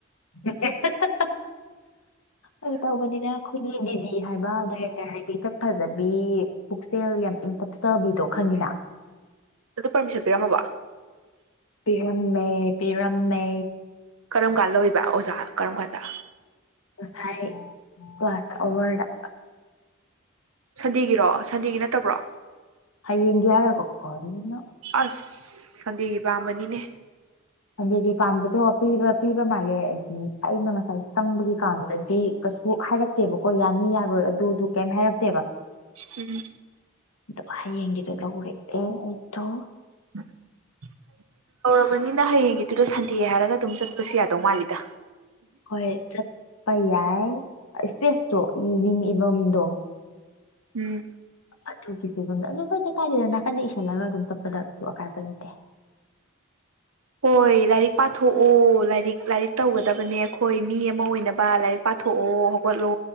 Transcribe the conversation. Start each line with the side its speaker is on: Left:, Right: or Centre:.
Left: <inaudible> ꯐꯒꯤ ꯇꯧꯕꯅꯤꯅ ꯑꯩꯈꯣꯏꯒꯤ ꯗꯤꯗꯤ ꯍꯥꯏꯕ ꯗꯥꯏꯔꯦꯛꯇꯔ ꯍꯥꯏꯕꯤ ꯏꯊꯛ ꯐꯖꯕꯤ ꯄꯨꯛꯆꯦꯜ ꯌꯥꯝ ꯏꯪ ꯇꯞꯆꯕꯤꯗꯣ ꯈꯪꯉꯤꯅ
Right: ꯑꯗꯣ ꯄꯔꯃꯤꯁꯟ ꯄꯤꯔꯝꯃꯕꯣ
Left: ꯄꯤꯔꯝꯃꯦ ꯄꯤꯔꯝꯃꯦ
Right: ꯀꯔꯝ ꯀꯥꯟ ꯂꯧꯋꯤꯕ ꯑꯣꯖꯥ ꯀꯔꯝ ꯀꯥꯟꯗ
Left: ꯉꯁꯥꯏ ꯀ꯭ꯂꯥꯁ ꯑꯋꯔꯗ
Right: ꯁꯟꯗꯦꯒꯤꯔꯣ ꯁꯟꯗꯦꯒꯤ ꯅꯠꯇꯕ꯭ꯔꯣ
Left: ꯍꯌꯦꯡꯒꯤ ꯍꯥꯏꯔꯒ ꯀꯥꯔꯤꯅꯣ
Right: ꯑꯁ ꯁꯟꯗꯦꯒꯤ ꯄꯥꯝꯕꯅꯤꯅꯦ
Left: ꯑꯗꯒꯤ ꯄꯥꯝꯕꯗꯣ ꯄꯤꯕ ꯄꯤꯕ ꯃꯥꯜꯂꯦ ꯑꯗꯤ ꯑꯩꯅ ꯉꯁꯥꯏ ꯆꯪꯕꯒꯤ ꯀꯥꯟꯗꯗꯤ ꯀꯩꯁꯨ ꯍꯥꯏꯔꯛꯇꯦꯕꯀꯣ ꯌꯥꯅꯤ ꯌꯥꯔꯣꯏ ꯑꯗꯨꯗꯨ ꯀꯩꯝ ꯍꯥꯏꯔꯛꯇꯦꯕ
Right: ꯎꯝ
Left: ꯑꯗꯣ ꯍꯌꯦꯡꯒꯤꯗꯣ ꯂꯧꯔꯦ ꯑꯦ ꯑꯩꯗꯣ
Right: <unintelligible> ꯇꯧꯔꯕꯅꯤꯅ ꯍꯌꯦꯡꯒꯤꯗꯨꯗ ꯁꯟꯗꯦ ꯍꯥꯏꯔꯒ ꯑꯗꯨꯝ ꯆꯠꯄꯁꯨ ꯌꯥꯗꯧ ꯃꯥꯜꯂꯤꯗ
Left: ꯍꯣꯏ ꯆꯠꯄ ꯌꯥꯏ ꯏꯁ꯭ꯄꯦꯁꯇꯣ ꯃꯤ ꯃꯤꯡ ꯏꯐꯝꯗꯣ
Right: ꯎꯝ
Left: ꯑꯗꯨꯒꯤ ꯐꯤꯕꯝꯗ ꯑꯗꯨ ꯍꯣꯏꯗ ꯀꯥꯏꯗ ꯅꯥꯀꯟꯗ ꯏꯁꯜꯂꯒ ꯑꯗꯨꯝ ꯇꯞꯄꯗ ꯀꯩꯁꯨ ꯑꯀꯥꯏꯕ ꯂꯩꯇꯦ
Right: ꯍꯣꯏ ꯂꯥꯏꯔꯤꯛ ꯄꯥꯊꯣꯛꯑꯣ ꯂꯥꯏꯔꯤꯛ ꯂꯥꯏꯔꯤꯛ ꯇꯧꯒꯗꯕꯅꯦ ꯑꯩꯈꯣꯏ ꯃꯤ ꯑꯃ ꯑꯣꯏꯅꯕ ꯂꯥꯏꯔꯤꯛ ꯄꯥꯊꯣꯛꯑꯣ ꯍꯧꯒꯠꯂꯣ